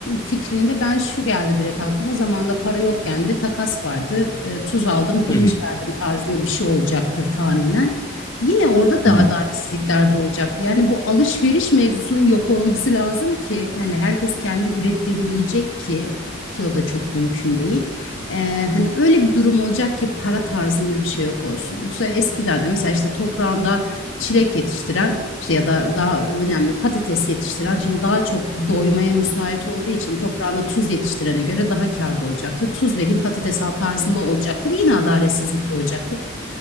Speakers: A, on the left; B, on the left.
A: fikrinde ben şu geldi direkt aklıma. Zamanda para yokken de takas vardı. E, tuz aldım, pirinç
B: Hı hı.
A: verdim tarzında bir şey olacaktır tahminen. Yine orada da
B: Hı hı.
A: adaletsizlikler doğacaktı. Yani bu alışveriş mevzusunun yok olması lazım ki hani herkes kendi ürettiğini yiyecek ki ki o da çok mümkün değil. E, hani öyle bir durum olacak ki para tarzında bir şey yok olsun. Yoksa eskiden de mesela işte toprağında çilek yetiştiren işte ya da daha önemli patates yetiştiren şimdi daha çok doymaya müsait olduğu için toprağında tuz yetiştirene göre daha kârda olacaktır. Tuz vereyim patates al tarzında olacaktır. Yine adaletsizlik doğacaktır.